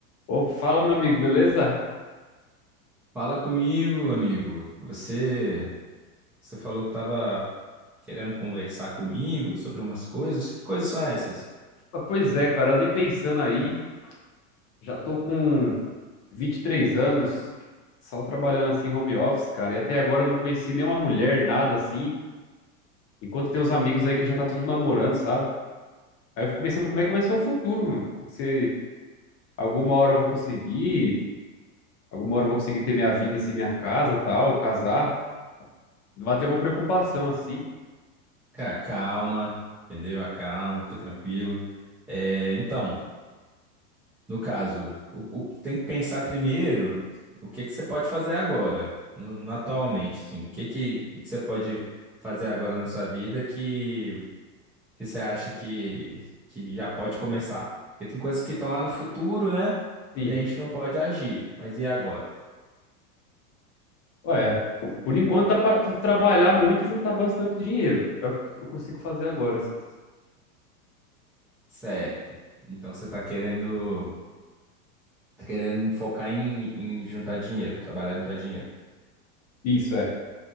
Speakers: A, on the left; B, in the centre.
A: Ô, fala, meu amigo, beleza?
B: Fala comigo, amigo. Você, você falou que estava querendo conversar comigo sobre umas coisas. Que coisas são essas?
A: Ah, Pois é, cara, andei pensando aí, já tô com 23 anos, só trabalhando assim home office, cara, e até agora eu não conheci nenhuma mulher, nada assim, enquanto tem uns amigos aí que já tá tudo namorando, sabe? Aí eu fico pensando como é que vai ser o futuro, mano. Se alguma hora eu vou conseguir, alguma hora eu vou conseguir ter minha vida, assim, minha casa, tal, casar, vai ter uma preocupação assim.
B: Cara, calma, entendeu? Acalma, fica tranquilo. É, então, no caso, o, o- tem que pensar primeiro o que que você pode fazer agora, no, no- atualmente, assim. O que que, o que que você pode fazer agora na sua vida que que você acha que, que já pode começar? Porque tem coisas que estão lá no futuro, né?
A: Sim.
B: E a gente não pode agir. Mas e agora?
A: Olha, por enquanto dá pra tu trabalhar muito e juntar bastante dinheiro. É o que eu consigo fazer agora, assim.
B: Certo. Então você tá querendo, tá querendo focar em, em juntar dinheiro, trabalhar e juntar dinheiro.
A: Isso é.